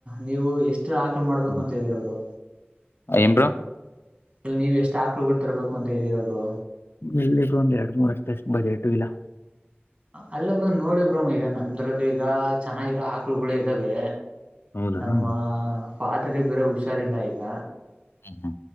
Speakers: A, on the right (about 30°); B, on the left (about 70°).
A: ನೀವು ಎಷ್ಟು ಇಷ್ಟ ಆಕಲ್ ಮಾಡ್ಬೇಕು
B: ಹ್ಮ್
A: ಅಂತಿದೀರಬ್ರೋ
B: ಏನ್ ಬ್ರೋ
A: ಅ ನೀವು ಎಷ್ಟು ಆಕಳುಗಳು ತರಬೇಕು ಅಂತ ಇದ್ದೀರ ಅವರು
B: ಎಲ್ಲಿಗೂ ಒಂದ್ ಎರಡ್ ಮೂರ್ಷ್ಟ ಅಷ್ಟು ಬಜೆಟು ಇಲ್ಲ
A: ಅಲ್ಲ ಬ್ರೋ ನೋಡಿಬ್ರರು ಈಗ ನಮ್ದ್ರಲ್ಲಿ ಈಗ ಚೆನ್ನಾಗಿರೋ ಆಕ್ಳಗಳಗಳು ಇದ್ದಾವೆ
B: ಹೌದಾ
A: ನಮ್ಮ
B: ಹ್ಮ್
A: ಫಾದರ್ ಬೇರ ಹುಷಾರಿಲ್ಲ ಈಗ
B: ಹಾ ಹಾ